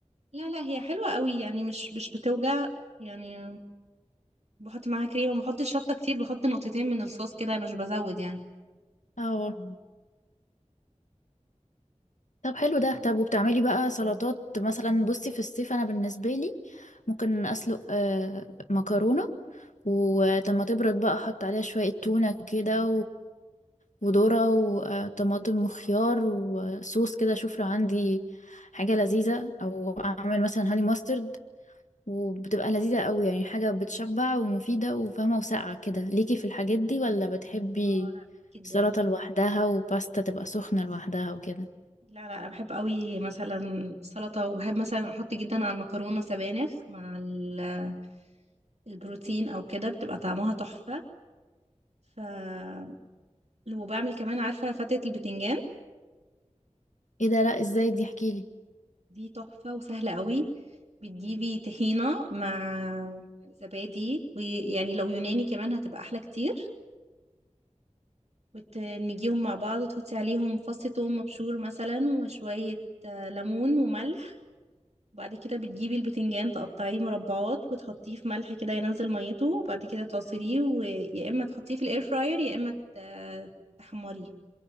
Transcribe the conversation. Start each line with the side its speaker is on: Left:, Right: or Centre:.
Right: لا لا هي حلوه قوي يعني مش مش بتوجع يعني بحط معاها كريمه ما بحطش شطه كتير بحط نقطتين من الصوص كده مش بزود يعني
Left: اه طب حلو ده طب وبتعملي بقى سلطات مثلا بصي في الصيف انا بالنسبه لي ممكن اسلق آه، مكرونه ولما تبرد بقى احط عليها شويه تونه كده وذرة وطماطم وخيار وصوص كده اشوف لو عندي حاجة لذيذة او اعمل مثلا هاني ماسترد وبتبقى لذيذة قوي يعني حاجة بتشبع ومفيدة وفاهمة وساقعة كده ليكي في الحاجات دي ولا بتحبي
Right: اه لا جدا
Left: سلطة لوحدها وباستا تبقى سخنة لوحدها وكده
Right: لا لا انا بحب قوي مثلا السلطه وبحب مثلا احط جدا على المكرونه سبانخ مع ال- البروتين او كده بتبقى طعمها تحفه ف وبعمل كمان عارفه فتة البتنجان
Left: ايه ده لا ازاي دي احكيلي
Right: دي تحفه وسهله قوي بتجيبي طحينه مع زبادي ويعني لو يوناني كمان هتبقى احلى كتير وتدمجيهم مع بعض وتحطي عليهم فص ثوم مبشور مثلا وشويه آه، ليمون وملح وبعد كده بتجيبي البتنجان تقطعيه مربعات وتحطيه في ملح كده ينزل ميته وبعد كده تعصريه ويا اما تحطيه في الاير فراير يا اما ت- تحمريه